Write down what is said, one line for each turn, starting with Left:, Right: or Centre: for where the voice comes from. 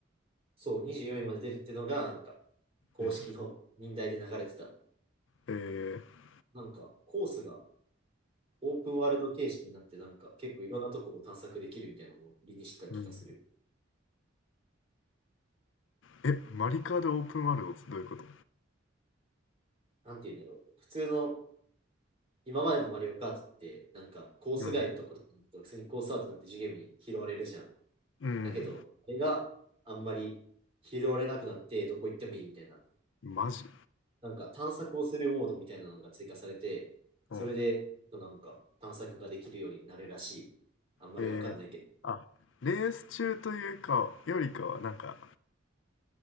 Right: そう、24位まで出るってのが、なんか、公式の任代で流れてた。
Left: うん、えー
Right: なんか、コースがオープンワールド形式になって、なんか、結構いろんなとこを探索できるみたいなのを売りにしてた気がする。
Left: うん、えマリカーでオープンワールドってどういうこと
Right: なんて言うんだろう。普通の、今までのマリオカートって、なんか、コース外のとことかに行くと、
Left: うん、
Right: 普通にコースアウトになってジュゲームに拾われるじゃん。
Left: うん、
Right: だけど、あれがあんまり拾われなくなって、どこ行ってもいいみたいな
Left: マジ
Right: なんか探索をするモードみたいなのが追加されて、それでなんか探索ができるようになるらしい。
Left: うん。
Right: あんまりわかんないけど。
Left: えー、あレース中というかよりかはなんか